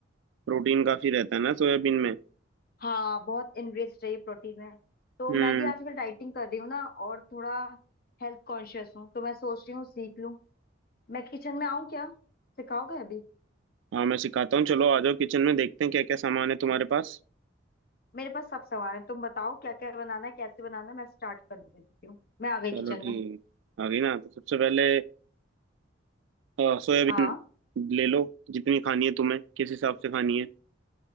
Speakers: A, on the right; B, on the left.
A: प्रोटीन काफी रहता है ना सोयाबीन में
B: हाँ बहुत इनरिच रही प्रोटीन में तो
A: हम्म
B: मैं भी आजकल डाइटिंग कर रही हूँ ना और थोड़ा हेल्थ कॉन्शियस हूँ तो मैं सोच रही हूँ सीख लूँ मैं किचन में आऊँ क्या सिखाओगे अभी
A: हाँ मैं सिखाता हूँ चलो आ जाओ किचन में देखते हैं क्या क्या सामान है तुम्हारे पास
B: मेरे पास सब सामान है तुम बताओ क्या क्या बनाना है कैसे बनाना है मैं स्टार्ट कर देती हूँ मैं आ गई
A: चलो
B: किचन
A: ठीक
B: में
A: आ गई ना तो सबसे पहले अ, सोयाबीन
B: हाँ
A: ले लो जितनी खानी है तुम्हें किस हिसाब से खानी है